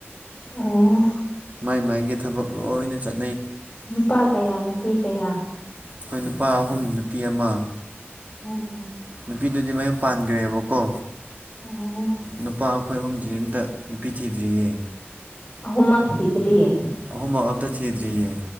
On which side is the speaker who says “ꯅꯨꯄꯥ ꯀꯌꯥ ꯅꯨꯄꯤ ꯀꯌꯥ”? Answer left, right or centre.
Left